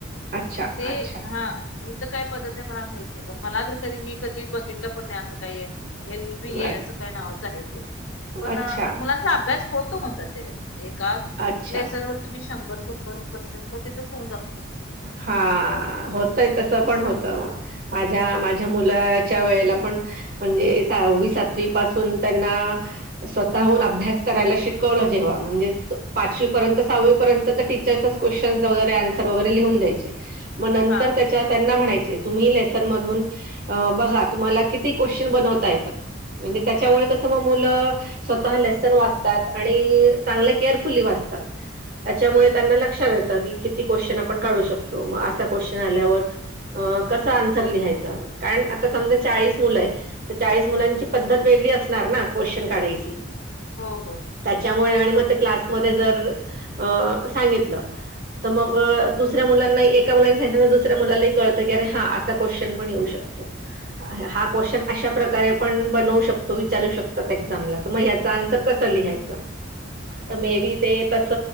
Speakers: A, on the right (about 45°); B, on the left (about 80°).
A: अच्छा,
B: ते
A: अच्छा.
B: हा इथं काय पद्धत आहे मला माहित नाही पण मला तर कधी मी कधी बघितलं पण नाही असं काही आहेल. पीए
A: अ
B: अस काही नावाच आहे ते, पण
A: अच्छा,
B: मुलांचा अभ्यास होतो म्हणतात त्याच्यात एका
A: अच्छा.
B: लेसन वर तुम्ही शंभर शंभर क्वेश्चन मग तिथेच होऊन जात.
A: हा, होतय तस
B: असं
A: पण होत.
B: हा
A: माझ्या, माझ्या मुलाच्या वेळेला पण म्हणजे सहावी, सातवी पासून त्यांना स्वतःहून अभ्यास करायला शिकवलं जेव्हा, म्हणजे पाचवी पर्यंत सहावीपर्यंत तर टीचर्स क्वेशन वगैरे आन्सर वगैरे लिहून द्यायचे मग नंतर
B: हा
A: त्याच्या त्यांना म्हणायचेत तुम्ही लेसन मधून बघा, तुम्हाला किती क्वेश्चन बनवता येतात. म्हणजे त्याच्यामुळे
B: हम्म
A: कसं मग? स्वतः लेसन वाचतात आणि चांगल केअरफुली वाचतात. त्याच्यामुळे
B: हम्म
A: त्यांना लक्षात येतं की किती क्वेश्चन आपण काढू शकतो, मग असा क्वेश्चन आल्यावर अ कसं आन्सर लिहायचं? कारण आता समजा चाळीस मुलं आहेत. तर चाळीस मुलांची पद्धत वेगळी असणार ना, क्वेश्चन काढायची
B: हो हो हो
A: त्याच्यामुळे आणि
B: बरोबर
A: मग ते क्लासमध्ये जर अ सांगितलं तर मग
B: हम्म
A: अ दुसऱ्या मुलांना एका मुलांन सांगितलं तर दुसऱ्या मुलाला ही कळतं की असा क्वेश्चनपण येऊ शकतो. हा क्वेश्चन
B: हम्म
A: अशा
B: हम्म
A: प्रकारे पण बनवू शकतो, विचारू शकतात एक्झामला तर मग याच आन्सर कस लिहायच?
B: बरोबर
A: तर मे बी ते तस